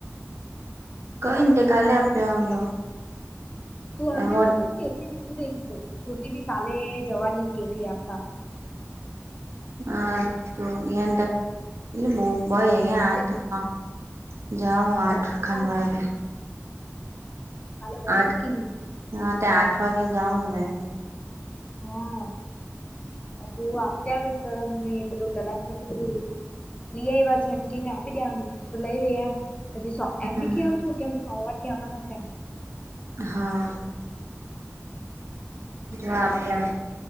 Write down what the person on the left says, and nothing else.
તું આપીશું
નલી હું થઈ ગી છોટી બી કાલે જવાની કેલી આપવા.
કાલે
મોર્નિંગ
કાલ
તાલે મર્નિંગ
કવી?.
હા <unintelligible> લઈ આવ્યા છે એમ કેય ને આપી દેવાનું તો લઈ લેય એમ પછી સો એમ
બી કેય આવજો કે અમે સોમવારથી આવાના છે એમ